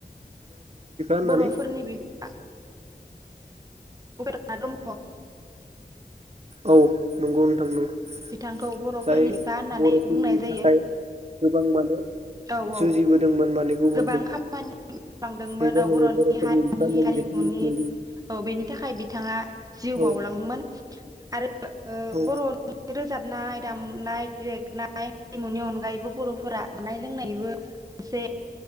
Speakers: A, on the right (about 40°); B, on the right (about 20°).
A: होननानै
B: बर'फोरनि बिफा <unintelligible>
A: औ नंगौ नोंथां नोंगौ
B: बिथांखौ बर'फोरनि
A: जाय
B: बिफा होननानै
A: बर'फोरनि
B: बुंनाय जायो
A: थाखाय गोबां माने
B: औ औ
A: जुजिबोदोंमोन माने गुबुनजों
B: गोबां खामानि मावलांदोंमोन
A: बे जाहैबाय
B: औ बर'नि
A: बर'फोरनि
B: हारिनि
A: बिफा होननानै
B: हारिमुनि
A: बेखौ मिथिनाय जायो
B: औ बेनि थाखाय बिथाङा जिउ
A: औ
B: बावलांदोंमोन आरो ओ
A: औ
B: बर'नि <inaudible> रोजाब दाबनाय दामनाय देगनाय हारिमुनि अनगायैबो बर'फोरा जानाय लोंनायबो एसे